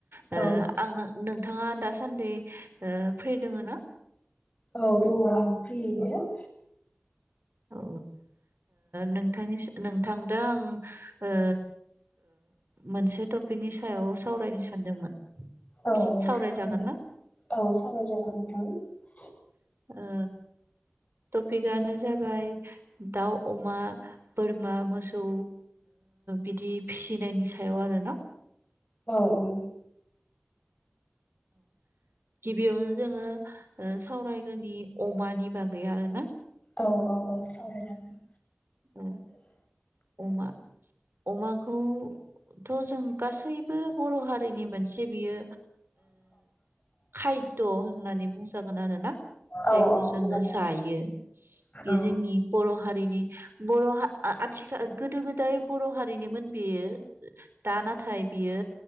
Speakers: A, on the right; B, on the left.
A: थ'
B: औ
A: आं नों नोंथाङा दासान्दि फ्रि दोङ ना
B: औ दङ आं फ्रियैनो
A: औ नोंथांनि नोंथां दा आं मोनसे टपिकनि सायाव सावरायनो सानदोंमोन
B: औ
A: सावरायजागोन
B: सावराय
A: ना
B: औ साबराय जागोन नोंथां
A: आ टपिक आनो जाबाय फ्राय दाउ अमा बोरमा मोसौ बिदि फिसिनो नायनि सायाव आरो ना
B: औ औ
A: बेयावनो जोङो सावरायग्रोनि अमानि बागै आरो ना
B: औ औ औ सावरायजागोन
A: औ अमा अमाखौथ' जों गासैबो बर' हारिनि मोनसे मोनसे बियो खायद होननानै बुंजागोन आरो जायखौ
B: औ औ
A: जोङो
B: मोजाङै
A: जायो बेयो
B: औ
A: जोंनि बर' हारिनि बर' हारिनिमोन आथिखाल गोदो गोदाय बर' हारिनोमोन बेयो दा नाथाय बियो